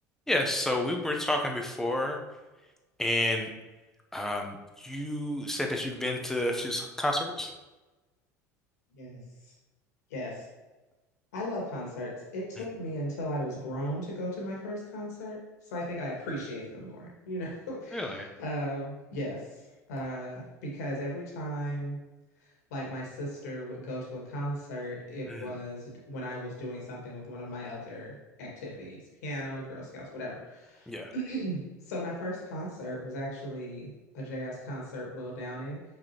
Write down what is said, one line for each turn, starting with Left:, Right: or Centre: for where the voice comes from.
Centre: Yes, so we were talking before, and um, you said that you've been to a few s- concerts.
Left: Yes. Yes. I love concerts. It took
Centre: Mhm.
Left: me until I was grown to go to my first concert. So I think I appreciate them more, you know? <laughs>
Centre: Really?
Left: Um, yes. Uh, because every time like my sister would go to a concert, it
Centre: Mhm.
Left: was d- when I was doing something with one of my other activities, piano, Girl Scouts, whatever.
Centre: Yeah.
Left: <clears throat> So my first concert was actually a jazz concert, Will Downing,